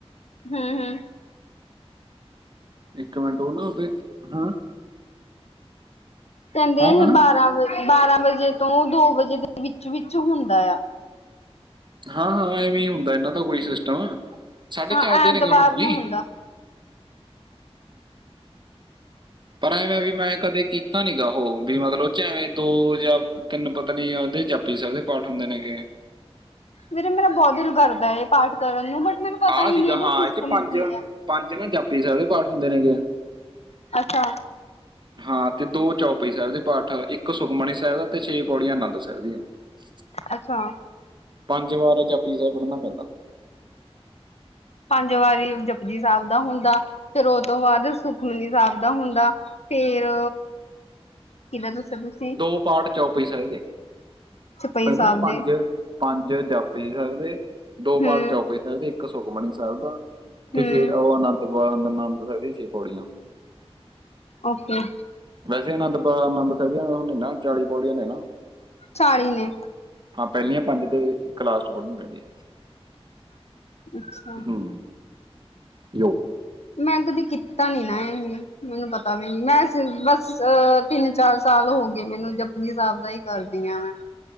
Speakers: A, on the left; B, on the right.
A: ਹਮ-ਹਮ।
B: ਇੱਕ ਮਿੰਟ, ਉਹ ਨਾ ਉਹਦੇ, ਹਾਂ
A: ਕਹਿੰਦੇ
B: ਹਾਂ
A: ਇਹ
B: ਹਾਂ
A: ਬਾਰਾਂ ਵ, ਬਾਰਾਂ ਵਜੇ ਤੋਂ ਦੋ ਵਜੇ ਦੇ ਵਿੱਚ-ਵਿੱਚ ਹੁੰਦਾ ਆ।
B: ਹਾਂ-ਹਾਂ ਐਵੇਂ ਹੁੰਦਾ ਇਹਨਾਂ ਦਾ ਕੋਈ ਸਿਸਟਮ, ਸਾਡੇ
A: ਹਾਂ
B: ਚੱਲਦੇ
A: ਐਤਵਾਰ
B: ਨੇਗੇ ਹੁਣ ਵੀ।
A: ਨੂੰ ਹੁੰਦਾ
B: ਪਰ ਐਵੇਂ ਵੀ ਮੈਂ ਕਦੇ ਕੀਤਾ ਨੀਗਾ, ਉਹ ਵੀ ਮਤਲਬ ਐਵੇਂ ਦੋ ਜਾਂ ਤਿੰਨ ਪਤਾ ਨੀ, ਉਹਦੇ ਜਪਜੀ ਸਾਹਿਬ ਦੇ ਪਾਠ ਹੁੰਦੇ ਨੇਗੇ।
A: ਵੀਰਾ ਮੇਰਾ ਬਹੁਤ ਦਿਲ ਕਰਦਾ ਹੈ, ਪਾਠ ਕਰਨ ਨੂੰ ਬਟ ਮੈਨੂੰ। ਪਤਾ
B: ਆਹ
A: ਹੀ
B: ਸੀਗਾ
A: ਨਹੀਂ ਇਹਦਾ
B: ਹਾਂ,
A: ਸਿਸਟਮ
B: ਇਹ 'ਚ ਪੰਜ-
A: ਕੀ ਹੈ
B: ਪੰਜ ਨਾ ਜਾਪੀ ਸਾਹਿਬ ਦੇ ਪਾਠ ਹੁੰਦੇ ਨੇਗੇ।
A: ਅੱਛਾ।
B: ਹਾਂ ਤੇ ਦੋ ਚੌਪਈ ਸਾਹਿਬ ਦੇ ਪਾਠ ਇੱਕ ਸੁਖਮਣੀ ਸਾਹਿਬ ਦਾ ਤੇ ਛੇ ਪੌੜੀਆਂ ਆਨੰਦ ਸਾਹਿਬ ਦੀਆਂ। ੱ <unintelligible>
A: ਅੱਛਾ।
B: ਪੰਜ ਵਾਰ ਜਪਜੀ ਸਹਿਬ ਪੜ੍ਹਨਾ ਪੈਂਦਾ।
A: ਪੰਜ ਵਾਰੀ ਜਪਜੀ ਸਾਹਿਬ ਦਾ ਹੁੰਦਾ, ਫੇਰ ਔ ਤੋਂ ਬਾਅਦ ਸੁਖਮਨੀ ਸਾਹਿਬ ਦਾ ਹੁੰਦਾ। ਫੇਰ, ਕਿਦਾਂ ਦੱਸੋ ਤੁ। <unintelligible>
B: ਦੋ ਪਾਠ ਚੋਪਈ ਸਾਹਿਬ ਦੇ,
A: ਚਪਈ
B: ਪੈਲਾਂ
A: ਸਾਹਿਬ
B: ਪੰਜ।
A: ਦੇ
B: ਪੰਜ ਜਪਜੀ ਸਾਹਿਬ ਦੇ, ਦੋ ਪਾਠ
A: ਹੂੰ
B: ਚੌਪਈ ਸਾਹਿਬ ਇੱਕ ਸੁਖਮਨੀ ਸਾਹਿਬ ਦਾ। ਪਿਛੇ
A: ਹੂੰ
B: ਔ ਆਨੰ ਵਾ ਅਨੰਦ ਸਾਹਿਬ ਦੀ ਛੇ ਪੌੜੀਆਂ।
A: ਓਕੇ
B: ਵੈਸੇ ਆਨੰਦ ਪ ਆਨੰਦ ਸਹਿਬ ਦੇ ਨਾ ਚਾਲੀ ਪੌੜੀਆਂ ਨੇ ਨਾ।
A: ਚਾਲੀ ਨੇ।
B: ਹਾਂ ਪੈਲਿਯਾਂ ਪੰਜ ਤੇ ਇਕ ਲਾਸਟ ਚ ਪੜ੍ਹਨੀ ਪੈਰੀਂ ਹੈ।
A: ਅੱਛਾ।
B: ਹੂੰ ਯੋ।
A: ਮੈਂ ਕਦੇ ਕੀਤਾ ਨੀ ਨਾ ਏਹੇ ਹੇ। ਮੈਨੂੰ ਪਤਾ ਵੀ ਨੀ, ਮੈਂ ਬਸ ਅ ਤਿੰਨ -ਚਾਰ ਸਾਲ ਹੋ ਗਏ ਮੈਨੂੰ ਜਪ। ਜੀ ਸਾਹਿਬ ਦਾ ਈ ਕਰਦੀ ਆਂ ਮੈਂ